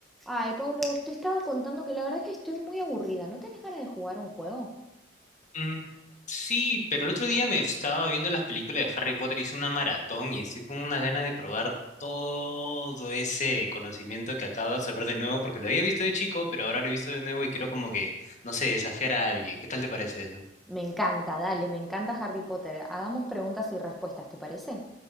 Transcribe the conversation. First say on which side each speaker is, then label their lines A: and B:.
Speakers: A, in the centre; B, on the left.
A: Ay, Pablo, te estaba contando que la verdad es que estoy muy aburrida. ¿No tenés ganas de jugar un juego?
B: Mm, sí, pero el otro día me estaba viendo las películas de Harry Potter, hice una maratón y estoy con una gana de probar todo ese conocimiento que acabo de absorber de nuevo, porque lo había visto de chico, pero ahora lo he visto de nuevo y quiero como que, no sé, desafiar a alguien. ¿Qué tal te parece eso?
A: Me encanta, dale, me encanta Harry Potter. Hagamos preguntas y respuestas, ¿te parece?